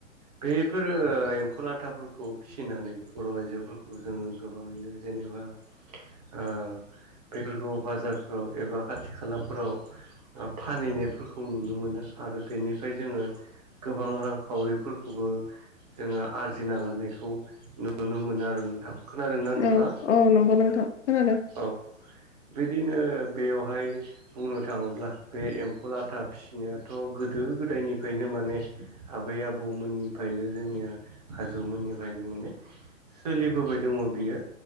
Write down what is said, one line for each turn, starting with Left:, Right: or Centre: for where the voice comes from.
Right: बैफोर एम्फौ लाथाफोरखौ फिनानै। बर' आइजोफोरखौ जोङो गोबाङैनो जेनेबा ओ। बेफोरखौ बाजारफोराव एबा खाथि खालाफोराव फानहैनायफोर। खौ नुनो मोनो आरो बेनिफ्राय जोङो गोबां रांखावरिफोरखौबो। जोङो आरजिना लानायखौ नुनो मोनो आरो नोंथां। खोनादों ना नोंथाङा
Left: औ औ नंगौ नोंथां खोनादों
Right: औ। बिदिनो बेयावहाय बुंनो थाङोब्ला बे एम्फौ लाथा फिसिनायाथ' गोद। गोदो गोदायनिफ्रायनो माने आबै आबौमोननिफ्रायनो जोंनिया आजौमोननि। थाखायनो माने सोलिबोबाय दोङो बियो